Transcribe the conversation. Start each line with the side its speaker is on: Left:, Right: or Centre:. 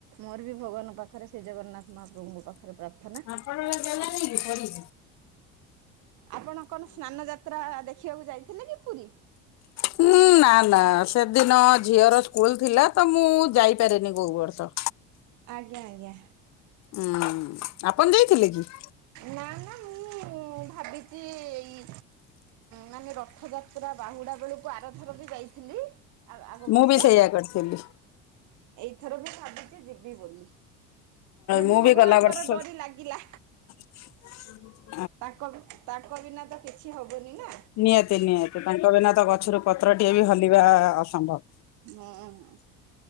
Right: ମୋର ବି ଭଗବାନଙ୍କ ପାଖରେ, ଶ୍ରୀଜଗନ୍ନାଥ ମହାପ୍ରଭୁଙ୍କ ପାଖରେ ପ୍ରାର୍ଥନା।
Left: ଆପଣଙ୍କ ଦେଲାନି କି ପରି?
Right: ଆପଣ କଣ ସ୍ନାନ ଯାତ୍ରା ଦେଖିବାକୁ ଯାଇଥିଲେ କି ପୁରୀ?
Left: ହୁଁ, ନା ନା ସେଦିନ ଝିଅର ସ୍କୁଲ ଥିଲା ତ, ମୁଁ ଯାଇପାରେନି କଉ ବର୍ଷ।
Right: ଆଜ୍ଞା, ଆଜ୍ଞା।
Left: ଉଁ, ଆପଣ ଯାଇଥିଲେ କି?
Right: ନା, ନା, ମୁଁ ମୁଁ, ଭାବିଚି ଏଇ-ଇ ମାନେ ରଥଯାତ୍ରା ବାହୁଡ଼ା ବେଳକୁ ଆରଥର ବି ଯାଇ ଥିଲି ଆ-ଆଗ
Left: ମୁଁ
Right: ବର୍ଷ।
Left: ବି ସେଇଆ କରିଥିଲି।
Right: ଏଇଥର ବି ଭାବିଛି ଯିବି ବୋଲି? ଯଦି
Left: ମୁଁ
Right: ଭଗବାନଙ୍କର
Left: ବି ଗଲା ବର୍ଷ
Right: ଡୋରି ଲାଗିଲା?
Left: <inaudible>
Right: ତାଙ୍କ, ତାଙ୍କ ବିନା ତ କିଛି ହବନି ନା?
Left: ନିହାତି, ନିହାତି, ତାଙ୍କ ବିନା ତ ଗଛରୁ ପତ୍ର ଟିଏ ବି ହଲିବା-ଆ ଅସମ୍ଭବ?
Right: ହଁ, ହଁ।